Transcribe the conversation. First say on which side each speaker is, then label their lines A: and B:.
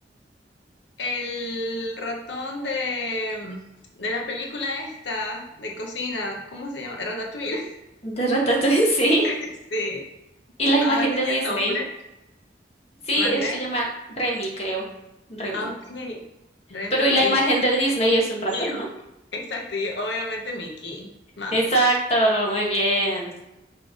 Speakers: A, on the left; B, on the left.
A: el ratón de, de la película esta de cocina, ¿cómo se llama? Ratatouille,
B: de Ratatouille, <laughs> sí.
A: <laughs> sí.
B: Y la imagen
A: Ah, tenía
B: de Disney.
A: nombre.
B: Sí,
A: Mandé.
B: él se llama Remy, creo. Remy.
A: Ah, ok. Remy
B: Pero y la
A: y,
B: imagen de Disney es un ratón,
A: y-
B: ¿no?
A: exacto, y obviamente Mickey Mouse.
B: Exacto, muy bien.